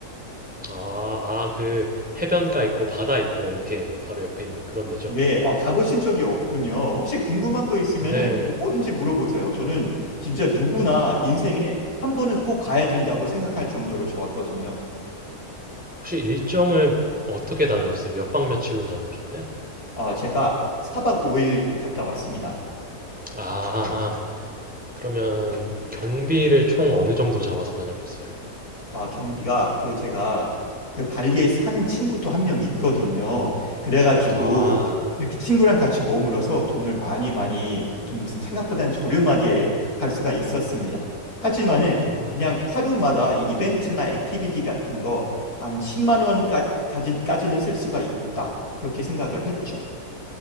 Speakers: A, in the centre; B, on the left.
A: 아, 아, 그, 해변가 있고, 바다 있고, 이렇게 바로 옆에 있는 그런 데죠?
B: 네, 어, 가보신 적이 없군요. 혹시 궁금한 거 있으면은
A: 근데,
B: 뭐 뭐든지 물어보세요. 저는 진짜 누구나 인생에 한 번은 꼭 가야 된다고 생각할 정도로 좋았거든요.
A: 혹시 일정을 어떻게 다녀오셨어요? 몇 박 며칠로 다녀오셨나요?
B: 어, 제가 사박 5일 갔다 왔습니다.
A: 아, 그러면 경비를 총 어느 정도 잡아서 다녀오셨어요?
B: 아, 경비가 그 제가 그 발리에 사는 친구도 한 명 있거든요. 그래가지고
A: 아,
B: 그 친구랑 같이 머물어서 돈을 많이 많이 좀 생각보단 저렴하게 갈 수가 있었습니다. 하지만은
A: 아,
B: 그냥 하루마다 이 이벤트나 액티비티 같은 거 한 10만 원까지는 쓸 수가 있다. 그렇게 생각을 했죠.